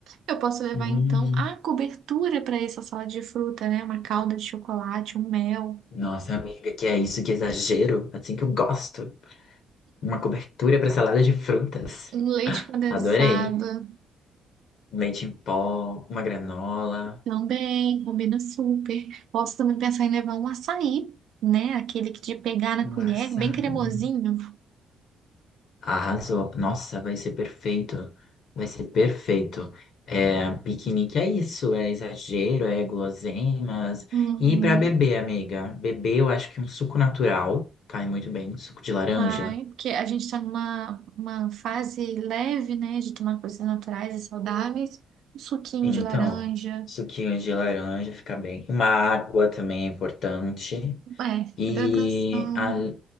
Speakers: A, on the right; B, on the left.
A: Eu posso levar,
B: Hum.
A: então, a cobertura para essa salada de fruta, né? Uma calda de chocolate, um mel.
B: Nossa, amiga, que é isso, que exagero. Assim que eu gosto. Uma cobertura para salada de frutas.
A: Um leite condensado
B: Adorei. Leite em pó, uma granola,
A: também combina super. Posso também pensar em levar um açaí, né? Aquele que de pegar
B: um
A: na colher,
B: açaí.
A: bem cremosinho.
B: Arrasou. Nossa, vai ser perfeito. Vai ser perfeito. É, piquenique é isso, é exagero, é guloseimas.
A: Uhum.
B: E para beber, amiga? Beber, eu acho que um suco natural cai muito bem, suco de laranja.
A: Ai, porque a gente está numa uma fase leve, né? De tomar coisas naturais e saudáveis. Um suquinho
B: Então,
A: de laranja,
B: suquinho de laranja fica bem. Uma água também é importante.
A: é,
B: E,
A: hidratação.
B: a-